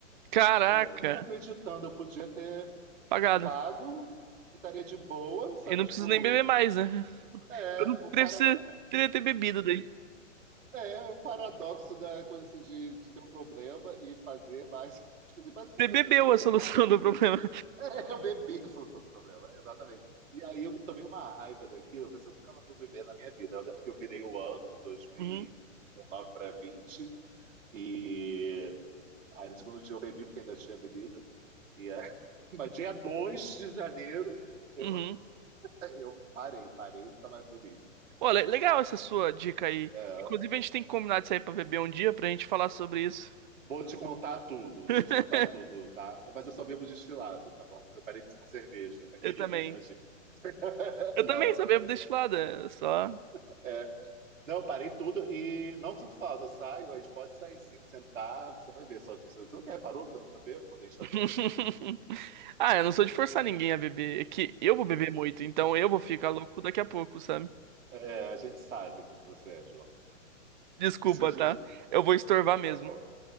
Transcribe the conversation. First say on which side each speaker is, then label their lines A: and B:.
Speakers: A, on the right; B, on the right.
A: Caraca,
B: Eu não tô acreditando, eu podia ter
A: pagado.
B: pago e estaria de boa, sabe?
A: Eu não
B: Tipo,
A: preciso nem beber mais, né?
B: é,
A: Eu não
B: o
A: preciso
B: parada
A: ter, ter bebido daí.
B: é o paradoxo da coisa assim, de, de ter um problema e fazer mais. <laughs> Tipo assim, basicamente
A: Você bebeu
B: eu podia
A: a
B: ter
A: solução
B: pago a dívida.
A: <laughs> do problema.
B: <laughs> Eu bebi a solução do problema, é, exatamente. E aí eu me tomei uma raiva daquilo, eu falei assim, eu nunca mais vou beber na minha vida. Eu lembro que eu virei o ano, 2019
A: Uhum,
B: para 20, e aí no segundo dia eu bebi, porque ainda tinha bebida, e aí... <laughs> mas dia 2 de janeiro eu,
A: uhum.
B: eu parei, parei, nunca mais bebi.
A: Olha, legal essa sua dica aí.
B: É.
A: Inclusive, a gente tem que combinar de sair pra beber um dia pra gente falar sobre isso.
B: Vou te contar tudo,
A: <laughs>
B: vou te contar tudo, tá? Mas eu só bebo destilado, tá bom? Eu parei de- com cerveja. Aquele,
A: Eu também.
B: né? Imagina. <laughs>
A: Eu também
B: Não, não
A: só
B: bebo.
A: bebo destilada,
B: Não, bebo.
A: é só.
B: É, Não, eu parei tudo e não sinto falta. Eu Saio, a gente pode sair sim, sentar. Você vai ver só. Tipo, você nunca reparou que eu nunca bebo quando a gente tá
A: <laughs>
B: junto?
A: Ah, eu não sou de forçar ninguém a beber. É que eu vou beber muito, então eu vou ficar louco daqui a pouco, sabe?
B: É, a gente sabe como você é, João.
A: Desculpa,
B: <laughs>
A: tá? Eu vou estorvar mesmo.
B: Tá bom,